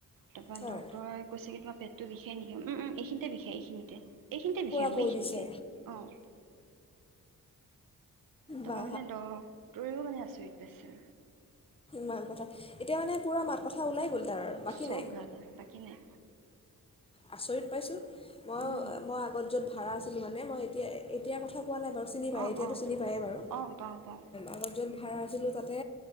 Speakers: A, on the right; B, on the left.
A: তাৰপৰা
B: হয়
A: ডক্তৰে কৈছে কি তোমাৰ পেটটো বিষাই নিকি, উম্ উম্ এইখিনিত তে বিষাই এইখিনিতে। এইখিনিতে
B: পূৰা
A: বিষাই মোৰ
B: কৰি
A: এইখিনিতে,
B: দিছে
A: অ। <inaudible> তপা
B: বা
A: মানে দহ হে আচৰিত পাইছোঁ।
B: মাত কথা, এতিয়া মানে পুৰা মাত কথা ওলাই গ'ল। তাৰ বাকী
A: চব
B: নাই
A: ওলালে বাকী নাই।
B: আচৰিত পাইছোঁ, মই-
A: উম
B: মই আগত য'ত ভাড়া আছিলোঁ মানে মই এতিয়া, এতিয়া কথা পোৱা নাই বাৰু চিনি পায়,
A: অ
B: এতিয়াতো
A: অ
B: চিনি পায়েই বাৰু
A: অ পাওঁ পাওঁ
B: আগত য'ত ভাড়া আছিলোঁ তাতে